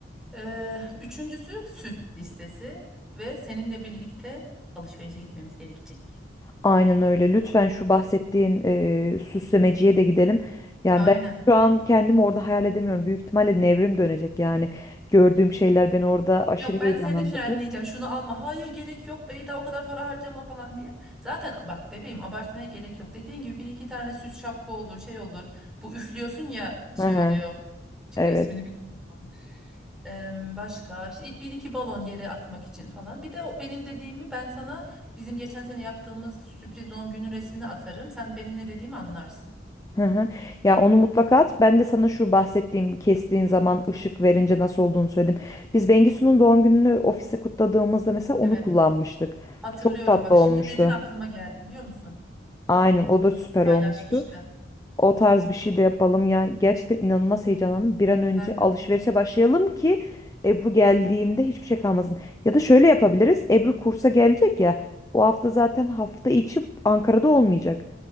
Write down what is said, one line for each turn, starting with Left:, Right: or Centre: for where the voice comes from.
Centre: Ee, üçüncüsü süs listesi ve seninle birlikte alışverişe gitmemiz gerekecek.
Left: Aynen öyle. Lütfen şu bahsettiğin e, süslemeciye de gidelim. Yani
Centre: Aynen.
Left: ben şu an kendimi orada hayal edemiyorum. Büyük ihtimalle nevrim dönecek yani. Gördüğüm şeyler beni orada aşırı
Centre: Yok ben
Left: heyecanlandıracak.
Centre: seni frenleyeceğim. Şunu alma. Hayır gerek yok Beyda o kadar para harcama falan diye. Zaten bak bebeğim abartmaya gerek yok. Dediğin gibi bir iki tane süs şapka olur şey olur. Bu üflüyorsun ya şey
Left: Hı hı.
Centre: oluyor. Çıkıyor
Left: Evet.
Centre: ismini bilmiyorum. Em, başka işte bir iki balon yere atmak için falan. Bir de o benim dediğimi ben sana bizim geçen sene yaptığımız sürpriz doğum günün resmini atarım. Sen benim ne dediğimi anlarsın.
Left: Hı hı. Ya onu mutlaka at. Ben de sana şu bahsettiğim kestiğin zaman ışık verince nasıl olduğunu söyledim. Biz Bengisu'nun doğum gününü ofiste kutladığımızda mesela onu
Centre: Evet
Left: kullanmıştık.
Centre: hatırlıyorum.
Left: Çok tatlı
Centre: Bak
Left: olmuştu.
Centre: şimdi dedin aklıma geldi biliyor musun?
Left: Aynen o da süper
Centre: Paylaşmıştı.
Left: olmuştu. O tarz bir şey de yapalım. Ya gerçekten inanılmaz heyecanlandım. Bir an önce
Centre: Ben
Left: alışverişe başlayalım ki Ebru geldiğinde hiçbir şey kalmasın. Ya da şöyle yapabiliriz. Ebru kursa gelecek ya. O hafta zaten hafta içi Ankara'da olmayacak.